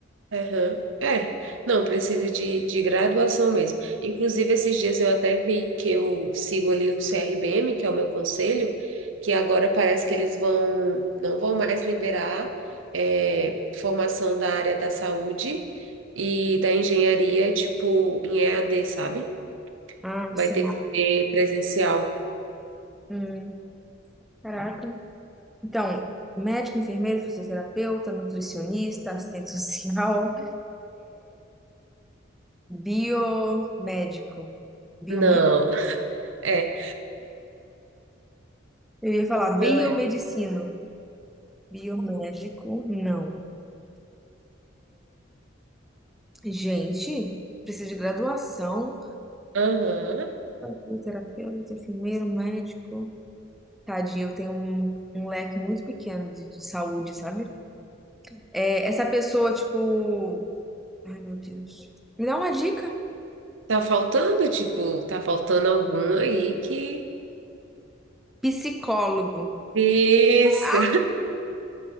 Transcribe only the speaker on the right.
Aham. É, não, precisa de, de graduação mesmo. Inclusive, esses dias eu até vi que eu sigo ali o CRBM, que é o meu conselho, que agora parece que eles vão, não vão mais liberar é, formação da área da saúde e da engenharia, tipo, em EAD, sabe?
Vai
ter que ser presencial.
Não, é,
não
é.
Aham.
Tá faltando, tipo, tá faltando algum aí que.
Isso.